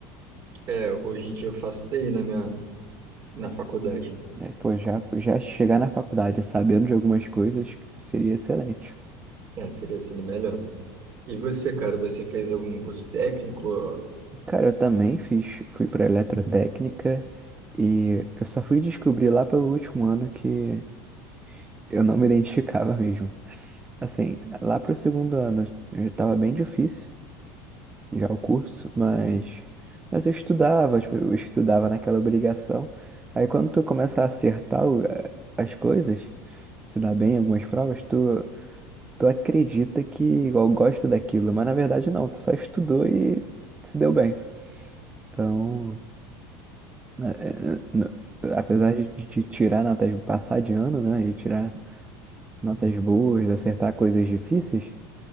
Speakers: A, on the right; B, on the right.
A: É, hoje em dia eu faço TI na minha, na faculdade.
B: É, Pô, já, já chegar na faculdade sabendo de algumas coisas seria excelente.
A: É, teria sido melhor. E você, cara, você fez algum curso técnico?
B: Cara, eu também fiz, fui para eletrotécnica e eu só fui descobrir lá pelo último ano que eu não me identificava mesmo. Assim, lá pro segundo ano já tava bem difícil já o curso, mas mas eu estudava, tipo, eu estudava naquela obrigação. Aí quando tu começa a acertar o- eh, as coisas, se dá bem em algumas provas, tu tu acredita que igual gosta daquilo, mas na verdade não, tu só estudou e se deu bem. Então, eh, n- apesar de te tirar notas, passar de ano, né, e tirar notas boas, acertar coisas difíceis,